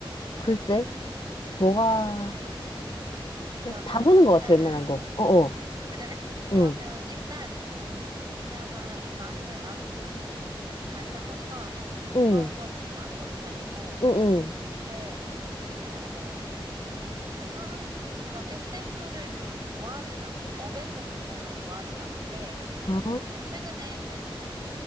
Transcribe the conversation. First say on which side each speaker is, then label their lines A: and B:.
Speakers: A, on the left; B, on the right.
A: 글쎄, 뭐가,
B: 오케이. 그러면
A: 그냥 다 보는
B: 일단,
A: 것 같아, 웬만한 거. 어어.
B: 그래? 그러면
A: 응,
B: 일단, 그나마 나는, 나도 좀 잔인한 거 싫어하고, 무서운
A: 응,
B: 거는 좀 안 보는 편이고,
A: 응, 응.
B: 근데, 어, 공상 그런 SF를 별로 좋아하진 않거든. 어벤져스 이런 걸 좋아하진 않는데,
A: 아.
B: 근데 최근에 그래도